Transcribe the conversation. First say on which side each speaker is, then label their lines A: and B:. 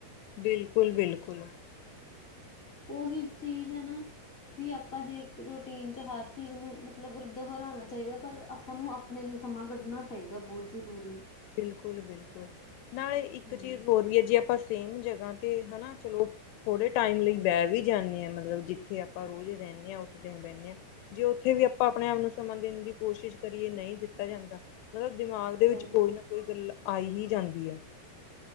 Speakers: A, on the left (about 85°); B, on the left (about 20°).
A: ਬਿਲਕੁਲ- ਬਿਲਕੁਲ।
B: ਉਹੀ ਚੀਜ਼ ਹੈ ਨਾ। ਵੀ ਆਪਾਂ ਜੇ ਰੂਟੀਨ ਚ' ਹਰ ਚੀਜ਼ ਨੂੰ ਮਤਲਬ ਦੁਹਰਾਉਣਾ ਚਾਹੀਦਾ। ਪਰ ਸਾਨੂੰ ਆਪਣੇ ਲਈ ਸਮਾਂ ਕੱਢਣਾ ਚਾਹੀਦਾ ਬਹੁਤ ਜ਼ਰੂਰੀ।
A: ਬਿਲਕੁਲ- ਬਿਲਕੁਲ। ਨਾਲੇ ਇੱਕ
B: ਹਾਂ
A: ਚੀਜ਼ ਹੋਰ ਵੀ ਹੈ ਜੇ ਆਪਾਂ ਸੇਮ ਜਗ੍ਹਾ ਤੇ ਹਨਾ। ਚਲੋ ਥੋੜ੍ਹੇ ਟਾਈਮ ਲਈ ਬਹਿ ਵੀ ਜਾਂਦੇ ਆਂ ਮਤਲਬ ਜਿੱਥੇ ਆਪਾਂ ਰੋਜ਼ ਰਹਿੰਦੇ ਹਾਂ ਉੱਠਦੇ ਹਾਂ, ਬਹਿੰਦੇ ਹਾਂ। ਜੇ ਉੱਥੇ ਵੀ ਆਪਾਂ ਆਪਣੇ ਆਪ ਨੂੰ ਸਮਾਂ ਦੇਣ ਦੀ ਕੋਸ਼ਿਸ਼ ਕਰੀਏ ਨਹੀਂ ਦਿੱਤਾ ਜਾਂਦਾ। ਮਤਲਬ ਦਿਮਾਗ ਦੇ
B: ਸਹੀ
A: ਵਿੱਚ ਕੋਈ ਨਾ ਕੋਈ ਗੱਲ ਆਈ ਹੀ ਜਾਂਦੀ ਆ।